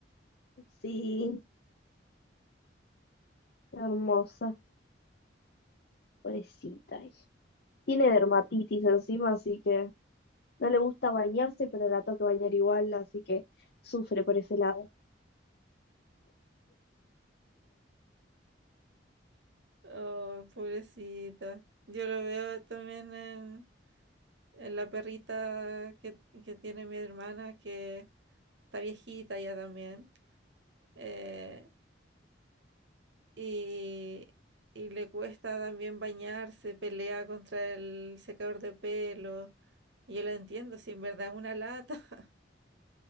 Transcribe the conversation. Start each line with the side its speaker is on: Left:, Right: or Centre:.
Left: Sí, hermosa, pobrecita. ella. Tiene dermatitis encima, así que no le gusta bañarse, pero la toca bañar igual, así que sufre por ese lado.
Right: Oh, pobrecita. Yo lo veo también en, en la perrita que, que tiene mi hermana, que está viejita ya también. eh, y, y le cuesta también bañarse, pelea contra el secador de pelo. Y yo la entiendo, si en verdad es una lata. <laughs>